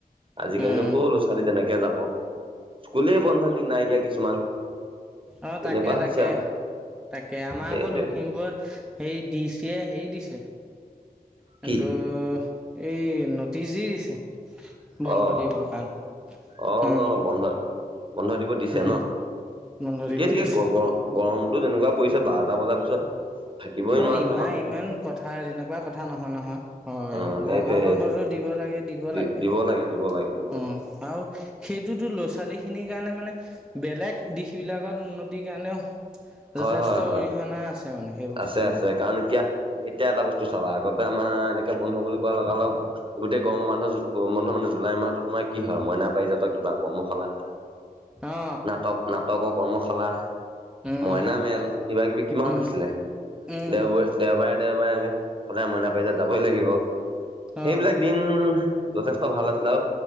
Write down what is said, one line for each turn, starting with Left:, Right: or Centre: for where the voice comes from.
Right: আজিকালিনো
Centre: উম
Right: ক' ল'ৰা ছোৱালী তেনেকে যাব। স্কুলে বন্ধ নি নাই দিয়া কিছুমান।
Centre: অঁ
Right: তেনেকুৱা
Centre: তাকে
Right: হৈছে
Centre: তাকে
Right: আৰু
Centre: তাকে আমাৰ
Right: সেইটোৱে।
Centre: আকৌ লখিমপুৰত হেৰি দি ছিয়ে হেৰি দিছে কিন্তু
Right: কি?
Centre: এই নটিচ দি দিছে বন্ধ
Right: অ',
Centre: দিবৰ কাৰণে
Right: অ',
Centre: উম
Right: বন্ধ বন্ধ দিব দিছে
Centre: উম
Right: ন
Centre: বন্ধ
Right: ঠিকে
Centre: দিব
Right: ঠিকে
Centre: দিছে
Right: গ গ গৰমটো যেনেকুৱা পৰিছে বাৰটা বজাৰ পিছত থাকিবই
Centre: অহ
Right: নোৱাৰা
Centre: ইমান
Right: হয় মানুহ।
Centre: ইমান কথা তেনেকুৱা কথা নহয় নহয় হয়
Right: উম,
Centre: অ
Right: সেইটোৱে
Centre: গৰম
Right: সেইটোৱে
Centre: বন্ধতো দিব লাগে দিব
Right: দি-দিব
Centre: লাগে আৰু
Right: দিব লাগে দিব
Centre: উম
Right: লাগে।
Centre: আৰু সেইটোতো ল'ৰা ছোৱালী খিনিৰ কাৰণে মানে বেলেগ দিশ বিলাকত উন্নতিৰ কাৰণেও
Right: হয়,
Centre: যথেষ্ট
Right: হয়, হয়,
Centre: অৰিহণা আছে মানে সেই বস্তু
Right: আছে আছে কাৰণ এতিয়া এতিয়া এটা বস্তু চাবা আগতে আমাৰ এনেকে বন্ধ বুলি কোৱা লগালগ গোটেই গৰমৰ বন্ধত গৰমৰ বন্ধ মানে জুলাই মাহতো তোমাৰ কি হয় মইনা পাৰিজাতৰ কিবা কৰ্মশালা
Centre: অ
Right: নাটক নাটকৰ কৰ্মশালা
Centre: উম
Right: মইনা মেল কিবা কিবি কিমান
Centre: উম
Right: হৈছিলে
Centre: উম
Right: দেওবাই দেওবাই দেওবাই আমি সদায় মইনা পাৰিজাত যাবই লাগিব সেইবিলাক
Centre: অ
Right: দিন যথেষ্ট ভাল আছিলে আৰু